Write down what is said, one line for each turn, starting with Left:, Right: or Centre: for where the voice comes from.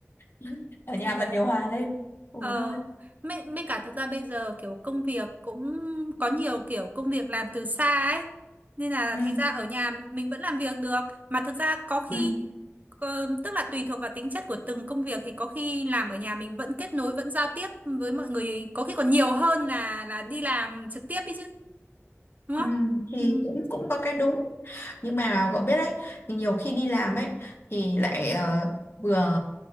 Left: <laughs> ở nhà
Right: Thì đấy.
Left: bật điều hòa lên ngủ
Right: Ờ,
Left: thôi
Right: mấy, mấy cả thực ra bây giờ kiểu công việc cũng có nhiều kiểu công việc làm từ xa ấy. Nên là
Left: ừ,
Right: thành ra ở nhà mình vẫn làm việc được. Mà thực ra có
Left: ừ,
Right: khi, ờ, tức là tùy thuộc vào tính chất của từng công việc thì có khi làm ở nhà mình vẫn kết nối, vẫn giao tiếp với mọi người. Có khi còn nhiều hơn là là đi làm trực tiếp ấy chứ. Đúng
Left: ừ.
Right: không?
Left: thì
Right: Ừ.
Left: cũng cũng có cái đúng nhưng mà cậu biết đấy thì nhiều khi đi làm ấy thì lại ờ, vừa